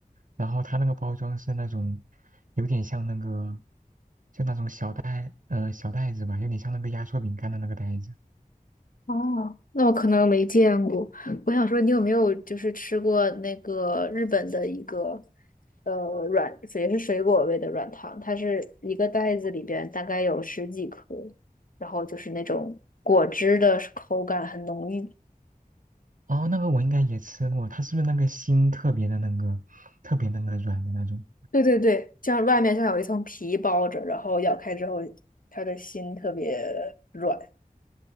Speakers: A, on the right; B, on the left.
A: 然后它那个包装是那种有点像那个，就那种小袋，呃，小袋子吧，有点像那个压缩饼干的那个袋子。
B: 哦，那我可能没见过。我想说，你有没有就是吃过那个日本的一个呃软，也是水果味的软糖？它是一个袋子里边大概有十几颗，然后就是那种果汁的口感很浓郁。
A: 哦，那个我应该也吃过，它是不是那个心特别的那个，特别那个软的那种？
B: 对对对，像外面像有一层皮包着，然后咬开之后，它的心特别软。